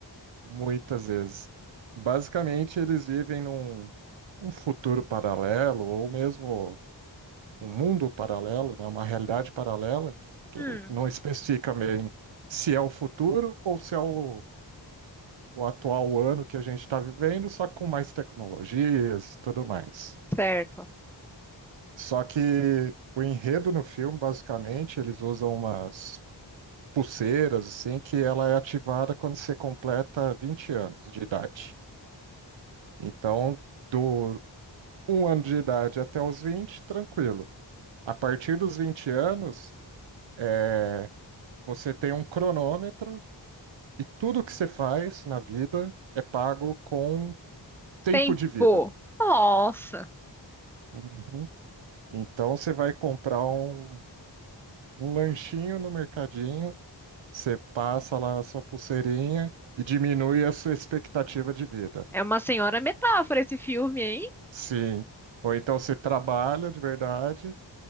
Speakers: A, on the right; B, in the centre.
A: Muitas vezes. Basicamente, eles vivem num um futuro paralelo, ou mesmo um mundo paralelo, né? Uma realidade paralela, que
B: Hum,
A: não especifica bem se é o futuro ou se é o, o atual ano que a gente está vivendo, só com mais tecnologias e tudo mais.
B: certo.
A: Só que o enredo no filme, basicamente, eles usam umas pulseiras, assim, que ela é ativada quando você completa 20 anos de idade. Então, do um ano de idade até os 20 tranquilo. A partir dos 20 anos, é, você tem um cronômetro e tudo que você faz na vida é pago com tempo
B: Tempo.
A: de vida.
B: Nossa.
A: Uhum. Então você vai comprar um, um lanchinho no mercadinho, você passa lá a sua pulseirinha e diminui a sua expectativa de vida.
B: É uma senhora metáfora esse filme, hein?
A: Sim. Ou então você trabalha de verdade